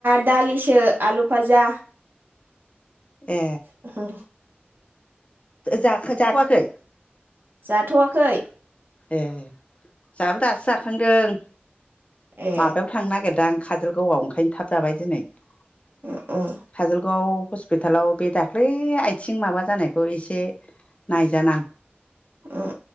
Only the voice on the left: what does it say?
ए
जाखो जाथवाखै?
ए जोंहाबो दासो जाखांदों
माबायाव थांनो नागिरदों आं काजलगावआव ओंख <unintelligible> थाब जाबाय दिनै <inaudible>
काजलगाव स्पिटाल आाव बे दाखाै आथिं माबा जानायखौ इसे नायजानां